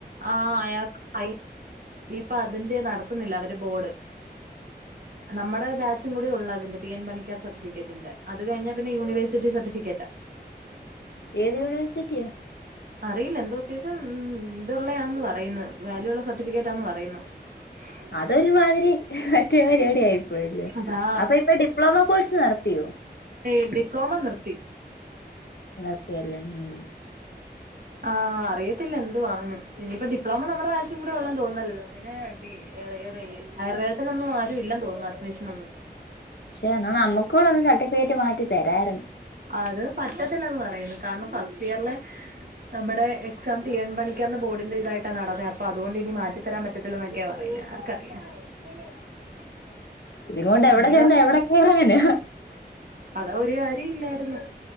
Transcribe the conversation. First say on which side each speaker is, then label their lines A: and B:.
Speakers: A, on the right; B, on the left.
A: ആഹ് അയാക് പൈ ഇപ്പ അതിന്റെ നടത്തുന്നില്ല അവര് ബോർഡ്. നമ്മുടെ ബാച്ചും കൂടെ ഉള്ളത്ണ്ട് പി എൻ പണിക്കാർട്ടിഫിക്കറ്റ് ഉണ്ട് അത് കഴിഞ്ഞാ പിന്നെ യൂണിവേഴ്സിറ്റി സർട്ടിഫിക്കറ്റാ
B: ഏത് യൂണിവേഴ്സിറ്റിയാ
A: അറിയില്ല എന്തോ അത്യാവശ്യം ഉ ഇതുള്ളതാന്ന് പറയുന്നു വാല്യൂള്ള സർട്ടിഫിക്കറ്റ്ന്ന് പറയുന്നു. ഉ
B: അതൊരുമാതിരി മറ്റേ പരിപടി ആയിപ്പോയില്ലേ
A: അതാ
B: അപ്പൊ ഇപ്പ ഡിപ്ലോമ കോഴ്സ് നടത്തിയോ
A: ഏ ഡിപ്ലോമ നിർത്തി
B: നിർത്തിയല്ലേ ഉം
A: ആഹ് അറിയത്തില്ല എന്തുവാന്ന് ഇനിയിപ്പോ ഡിപ്ലോമ നമ്മുടെ ബാച്ചും കൂടെ ഉള്ളതന്ന് തോന്നല്ലോ പിന്നെ ടി അ ഏറെ ആയുർവേദത്തിനൊന്നും ആരും ഇല്ല തോന്നുന്നു അഡ്മിഷനൊന്നും
B: പക്ഷെ എന്നാ നമ്മുക്ക കൂടെ ഒന്ന് സർട്ടിഫിക്കറ്റ് മാറ്റി തരയിരുന്നു.
A: അത് പറ്റത്തില്ലന്ന് പറയുന്നു കാരണം ഫസ്റ്റ് ഇയറില് നമ്മുടെ എക്സാം തീ എൺ പണിക്കുന്ന ബോർഡിന്റെ ഇതായിട്ടാണ് നടന്നത് അപ്പൊ അതുകൊണ്ട് ഇനി മാറ്റി എത്തരാൻ പറ്റത്തില്ലന്നൊക്കെയാ പറയുന്നേ ആർക്കറിയാം. <unintelligible>
B: ഇത് കൊണ്ട് എവിടെ
A: എന്തോ
B: ചെന്ന് എവിടെൊക്കെ ഇറാന്
A: അതാ ഒരു കാര്യം ഇല്ലായിരുന്നു.